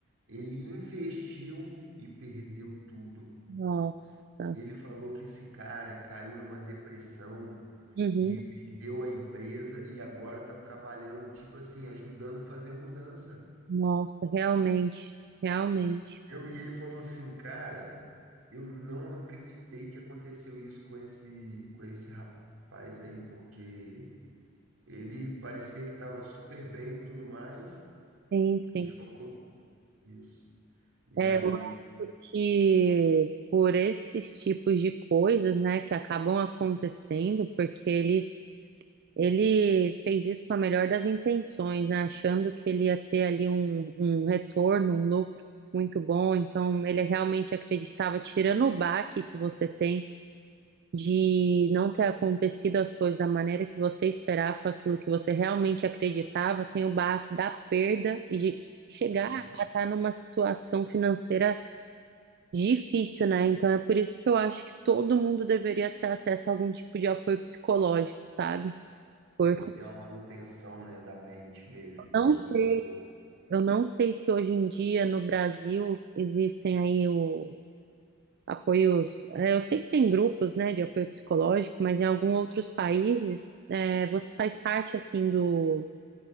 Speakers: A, on the right; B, on the right.
A: Ele investiu e perdeu tudo.
B: Nossa,
A: Ele falou que esse cara caiu numa depressão.
B: uhum.
A: E perdeu a empresa e agora está trabalhando, tipo assim, ajudando a fazer mudança.
B: Nossa, realmente, realmente.
A: Eu, e ele falou assim, cara, eu não acreditei que aconteceu isso com esse, com esse rapaz aí, porque ele parecia que estava super bem e tudo mais,
B: Sim, sim.
A: e jogou isso. E
B: É,
A: aí,
B: eu acho que por esses tipos de coisas, né, que acabam acontecendo, porque ele Ele fez isso com a melhor das intenções, né? Achando que ele ia ter ali um, um retorno, um lucro muito bom. Então, ele realmente acreditava, tirando o baque que você tem de não ter acontecido as coisas da maneira que você esperava, com aquilo que você realmente acreditava, tem o baque da perda e de chegar
A: uhum,
B: a estar numa situação financeira difícil, né? Então, é por isso que eu acho que todo mundo deveria ter acesso a algum tipo de apoio psicológico, sabe? Porque
A: tem que ter uma manutenção, né, da mente mesmo, não
B: não
A: só
B: sei
A: do corpo.
B: Eu não sei se hoje em dia no Brasil existem aí o apoios. é, Eu sei que tem grupos, né, de apoio psicológico, mas em alguns outros países é, você faz parte assim do,